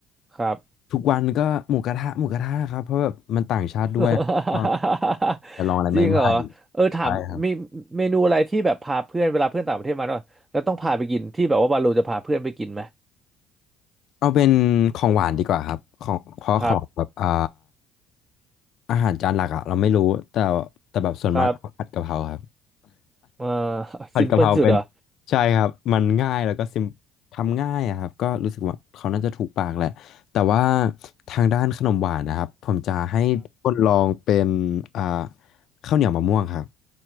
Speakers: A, on the right; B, on the left.
A: ครับ
B: ทุกวันก็หมูกระทะหมูกระทะครับเพราะแบบมันต่างชาติด้วยก็
A: <laughs>
B: จะลองอะไรใหม่ๆใช่ครับ
A: จริงเหรอเออถามมีเมนูอะไรที่แบบพาเพื่อนเวลาเพื่อนต่างประเทศมาเนอะแล้วต้องพาไปกินที่แบบว่าวาโลจะพาเพื่อนไปกินไหม
B: เอาเป็นของหวานดีกว่าครับของเพราะของแบบอ่า
A: ครับ
B: อาหารจานหลักอะเราไม่รู้แต่แต่แบบส่วนมากก็ผัดกะเพราครับ
A: ครับเออ
B: <laughs>
A: <laughs>
B: ผัดกะเพราเป็น
A: ซิมเพิลสุดเหรอ
B: ใช่ครับมันง่ายแล้วก็ซิมทำง่ายอะครับก็รู้สึกว่าเขาน่าจะถูกปากแหละแต่ว่าทางด้านขนมหวานนะครับผมจะให้คนลองเป็นอ่าข้าวเหนียวมะม่วงครับ